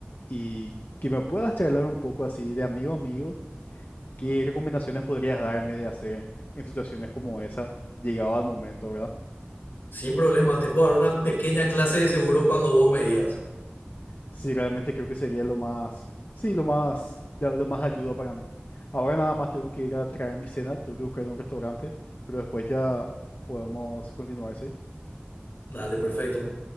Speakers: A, on the left; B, on the left.
A: Y que me puedas charlar un poco así de amigo a amigo, ¿qué recomendaciones podrías darme de hacer en situaciones como esa, llegado al momento, ¿verdad?
B: Sin problema, te puedo dar una pequeña clase de seguro cuando vos me digas.
A: Sí, realmente creo que sería lo más, sí, lo más, de- lo más ayuda para mí. Ahora nada más tengo que ir a traer mi cena, tengo que buscar un restaurante, pero después ya podemos continuar, ¿sí?
B: Dale, perfecto.